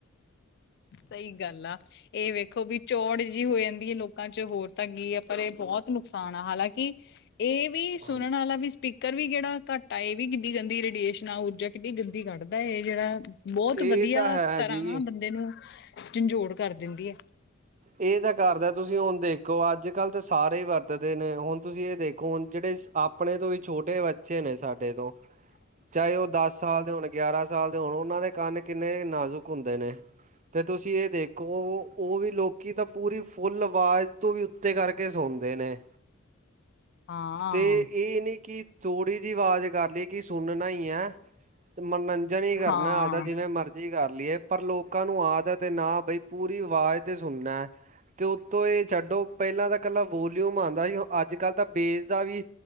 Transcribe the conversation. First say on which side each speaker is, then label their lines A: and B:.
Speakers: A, on the left; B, on the right.
A: ਸਈ ਗੱਲ ਆ ਏ ਵੇਖੋ ਵੀ ਚੌੜ ਏ ਹੋ ਜਾਂਦੀ ਆ ਲੋਕਾਂ 'ਚ ਹੋਰ ਤਾਂ ਕੀ ਆ ਪਰ ਏ ਬਹੁਤ ਨੁਕਸਾਨ ਆ ਹਾਲਾਂਕਿ ਏ ਵੀ ਸੁਣਨ
B: ਹਾਂਜੀ
A: ਵਾਲਾ ਵੀ ਸਪੀਕ ਸਪੀਕਰ ਵੀ ਕੇੜਾ ਘੱਟਾ ਆ, ਏ ਵੀ ਕਿੱਡੀ ਗੰਦੀ ਰਡੇਸ਼ਨਾ ਊਰਜਾ ਕਿੱਡੀ ਗੰਦੀ ਕੱਢਦਾ ਏ ਜੇੜਾ ਬੋਤ
B: ਇਹ
A: ਵੱਧੀਆ
B: ਤਾਂ ਹੈ
A: ਤਰ੍ਹਾਂ
B: ਜੀ
A: ਨਾ ਬੰਦੇ ਨੂੰ ਝੰਜੋੜ ਕਰ ਦਿੰਦੀ ਆ।
B: ਏ ਤਾਂ ਕਰਦਾ ਤੁਸੀਂ ਹੁਣ ਦੇਖੋ ਅੱਜ -ਕੱਲ ਤਾਂ ਸਾਰੇ ਈ ਵਰਤਦੇ ਨੇ ਹੁਣ ਤੁਸੀਂ ਏ ਦੇਖੋ ਹੁਣ ਜੇੜੇ ਆਪਣੇ ਤੋਂ ਵੀ ਛੋਟੇ ਬੱਚੇ ਨੇ ਸਾਡੇ ਤੋਂ
A: ਹੂੰ!
B: ਚਾਏ ਓ ਦਸ ਸਾਲ ਦੇ ਹੋਣ, ਗਿਆਰਾਂ ਸਾਲ ਦੇ ਹੋਣ, ਓਨਾਂ ਦੇ ਕੰਨ ਕਿੰਨੇ ਨਾਜ਼ੁਕ ਹੁੰਦੇ ਨੇ। ਤੇ ਤੁਸੀਂ ਏ ਦੇਖੋ ਓ ਵੀ ਲੋਕੀ ਤਾਂ ਪੂਰੀ ਫੁੱਲ ਆਵਾਜ਼ ਓਤੋਂ ਵੀ ਉੱਤੇ ਕਰਕੇ ਸੁਣਦੇ ਨੇ
A: ਹਾਂ
B: ਤੇ ਏ ਨੀ ਕਿ ਥੋੜ੍ਹੀ ਜੀ ਵਾਜ਼ ਕਰ ਲਈਏ ਕਿ ਸੁਣਨਾ ਈ ਆ, ਮਨੋਰੰਜਨ ਈ ਕਰਨਾ
A: ਹਾਂ
B: ਆਪਦਾ ਜਿਵੇਂ ਮਰਜ਼ੀ ਮਰਜ਼ੀ ਕਰ ਲਈਏ ਪਰ ਲੋਕਾਂ ਨੂੰ ਆਦਤ ਏ ਨਾ ਬਈ ਪੂਰੀ ਆਵਾਜ਼ ਤੇ ਸੁਣਨਾ। ਤੇ ਉੱਤੋਂ ਏ ਛੱਡੋ ਪੇਲਾਂ ਤਾਂ ਕੱਲਾ ਵੋਲਿਊਮ ਆਂਦਾ ਸੀ ਓ ਅੱਜ- ਕੱਲ੍ਹ ਤਾਂ ਬੇਸ ਦਾ ਵੀ